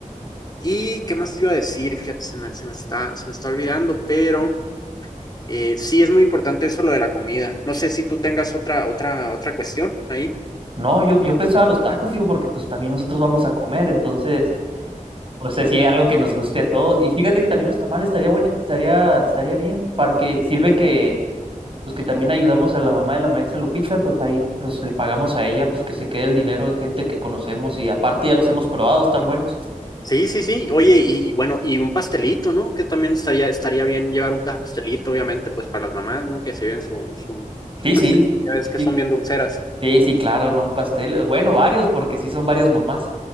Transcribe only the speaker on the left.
¿Y qué más te iba a decir? Fíjate, se me, se me está, se me está olvidando, pero eh, sí es muy importante eso lo de la comida. No sé si tú tengas otra, otra, otra cuestión ahí.
Sí, sí, sí. Oye, y bueno, y un pastelito, ¿no? Que también estaría, estaría bien llevar un pastelito, obviamente, pues para las mamás, ¿no? Que se lleven su, su, su
pastel.
Ya ves
que
son bien dulceras.